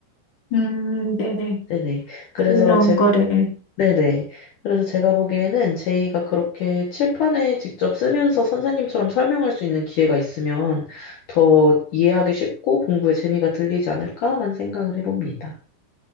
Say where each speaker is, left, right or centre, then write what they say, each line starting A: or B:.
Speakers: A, on the left; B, on the left.
A: 음, 네네.
B: 네네. 그래서
A: 그런
B: 제,
A: 거를.
B: 네네. 그래서 제가 보기에는 제이가 그렇게 칠판에 직접 쓰면서 선생님처럼 설명할 수 있는 기회가 있으면 더 이해하기 쉽고 공부에 재미가 들리지 않을까라는 생각을 해봅니다.